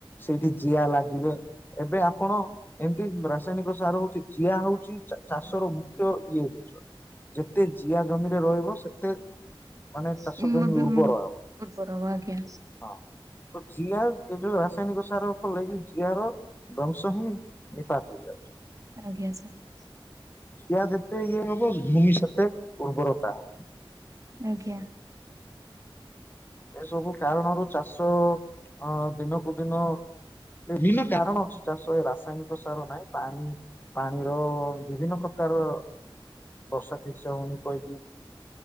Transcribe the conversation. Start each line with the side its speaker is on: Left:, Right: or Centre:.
Left: ସେଇଠି ଜିଆ ଲାଗିବେ ଏବେ ଆପଣ ଏମିତି ରାସାୟନିକ ସାର- ଯିଆ ହଉଛି ଚାଷର ମୁଖ୍ୟ ଇଏ ଜିନିଷ ଯେତେ- ଜିଆ ଜମିରେ ରହିବ ସେତେ- ମାନେ
Right: ଉଁ,
Left: ଚାଶ ଜମି
Right: ବି
Left: ଉର୍ବର
Right: ଉଁ,
Left: ହେବ
Right: ଉର୍ବର ହବ ଆଜ୍ଞା
Left: ହଁ। ତ ଜିଆ ଏ ଯଉ ରା- ରାସାୟନିକ ସାର ଫଳରେକି ଜିଆର ବଂଶ ହିଁ ନିପାତ ହେଇଯାଉଛି।
Right: ଆଜ୍ଞା ସାର୍।
Left: ଜିଆ ଯେତେ ଇଏ ହବ ଭୂମି ସେତେ ଉର୍ବରତା ହବ।
Right: ଆଜ୍ଞା।
Left: ଏସବୁ କାରଣରୁ ଚାଷ ଅ ଦିନକୁ ଦିନ ବିଭିନ୍ନ କାରଣ ଅଛି ଚାଷ ଏ ରାସାୟନିକ ସାର ନାହିଁ ପାଣି ପାଣିର ବିଭିନ୍ନ ପ୍ରକାର ବର୍ଷା ଠିକ ସେ ହଉନି କହିକି